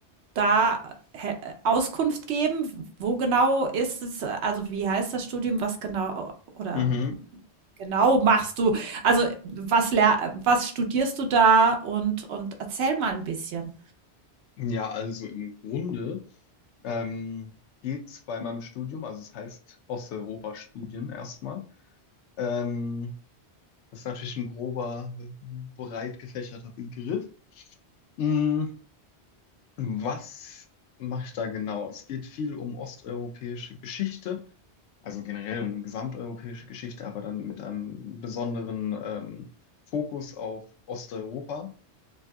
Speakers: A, on the right; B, on the left.
A: da he- Auskunft geben? Wo genau ist es, also wie heißt das Studium, was genau oder
B: Mhm.
A: Genau, machst du. Also, was ler was studierst du da und und erzähl mal ein bisschen.
B: Ja, also im Grunde ähm, geht's bei meinem Studium, also es heißt Osteuropa-Studien erstmal. Ähm, das ist natürlich ein grober, breit gefächerter Begriff. Mhm. Was mache ich da genau? Es geht viel um osteuropäische Geschichte, also generell um gesamteuropäische Geschichte, aber dann mit einem besonderen ähm, Fokus auf Osteuropa.